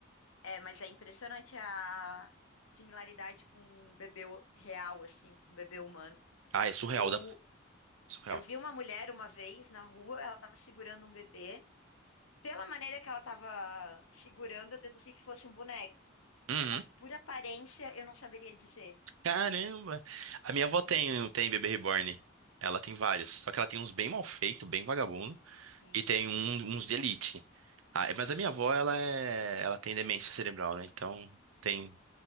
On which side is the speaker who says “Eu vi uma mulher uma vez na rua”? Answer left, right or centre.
Left